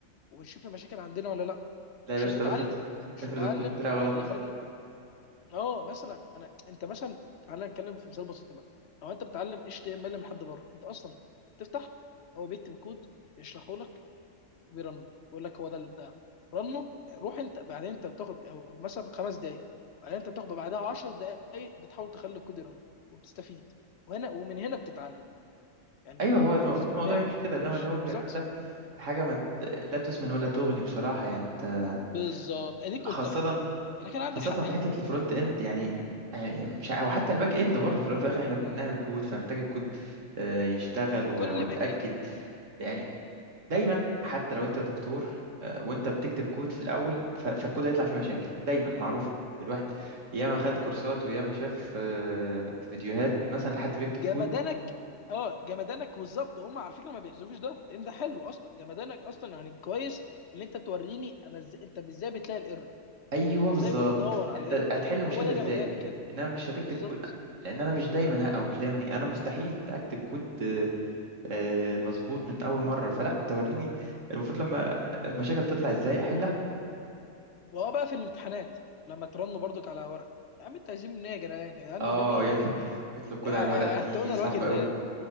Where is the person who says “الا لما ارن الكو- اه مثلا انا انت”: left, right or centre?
Left